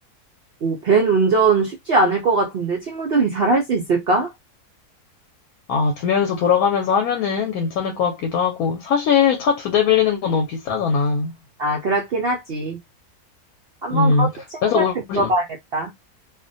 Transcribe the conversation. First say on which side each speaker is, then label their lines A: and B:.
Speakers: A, on the right (about 75°); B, on the left (about 75°).
A: 오, 밴 운전 쉽지 않을 것 같은데 친구들이 <laughs> 잘 할 수 있을까?
B: 아, 두 명이서 돌아가면서 하면은 괜찮을 것 같기도 하고. 사실 차 두 대 빌리는 건 너무 비싸잖아.
A: 아, 그렇긴 하지. 한번
B: 음.
A: 그것도 친구들한테
B: 그래서 우리,
A: 물어봐야겠다.